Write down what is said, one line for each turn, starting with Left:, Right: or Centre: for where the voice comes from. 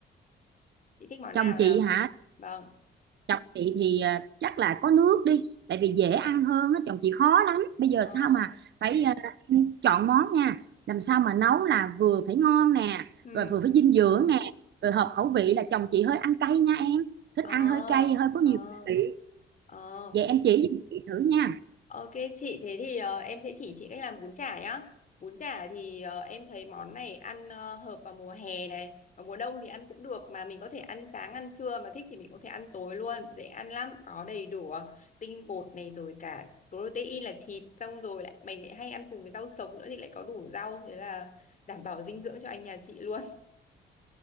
Left: chị thích món
Right: Chồng
Left: nào nào?
Right: chị hả?
Left: Vâng,
Right: Chồng chị thì ờ, chắc là có nước đi, tại vì dễ ăn hơn á, chồng chị khó lắm. Bây giờ
Left: ờ,
Right: sao mà phải ờ, chọn món nha. Làm sao mà nấu là vừa phải ngon nè,
Left: ừ,
Right: rồi vừa phải dinh dưỡng nè, rồi hợp khẩu vị là chồng chị hơi ăn cay nha em. Thích
Left: ờ,
Right: ăn hơi cay, hơi có
Left: ờ,
Right: nhiều vị.
Left: ờ.
Right: Vậy em chỉ giùm chị thử nha.
Left: Ok chị, thế thì ờ, em sẽ chỉ chị cách làm bún chả nhá. Bún chả thì ờ, em thấy món này ăn ờ, hợp vào mùa hè này, và mùa đông thì ăn cũng được mà mình có thể ăn sáng ăn trưa mà thích thì mình có thể ăn tối luôn, dễ ăn lắm, có đầy đủ ờ, tinh bột này rồi cả protein là thịt xong rồi lại mình lại hay ăn cùng với rau sống nữa thì lại có đủ rau thế là đảm bảo dinh dưỡng cho anh nhà chị luôn.